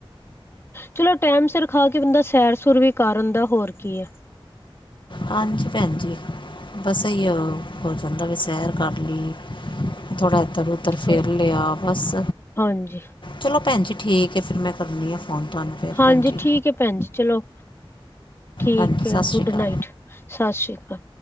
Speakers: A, on the left (about 25°); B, on the left (about 60°).
A: ਚਲੋ ਟੈਮ ਸਿਰ ਖਾ ਕੇ ਬੰਦਾ ਸੈਰ ਸੂਰ ਵੀ ਕਰ ਆਂਦਾ, ਹੋਰ ਕੀ ਏ।
B: ਹਾਂਜੀ ਭੈਨ ਜੀ ਬਸ ਐਈੳ ਹੋ ਜਾਂਦਾ ਵੇ ਸੈਰ ਕਰ ਲੀ। ਥੋੜਾ ਇੱਧਰ ਨੂੰ ਤਾਂ ਫਿਰ
A: ਹਾਂ
B: ਲਿਆ ਬਸ
A: ਹਾਂਜੀ
B: ਚਲੋ ਭੈਣ ਜੀ ਠੀਕ ਹੈ ਫਿਰ ਮੈਂ ਕਰਨੀ ਹਾਂ ਫ਼ੋਨ ਤੁਹਾਨੂੰ। ਫਿਰ
A: ਹਾਂਜੀ
B: ਭੈਣ ਜੀ
A: ਠੀਕ ਹੈ ਭੈਣ ਜੀ ਚਲੋ ਠੀਕ
B: ਹਾਂਜੀ ਸਤਿ
A: ਹੈ
B: ਸ਼੍ਰੀ
A: ਗੁੱਡ
B: ਅਕਾਲ
A: ਨਾਈਟ‌। ਸਤਿ ਸ਼੍ਰੀ ਅਕਾਲ।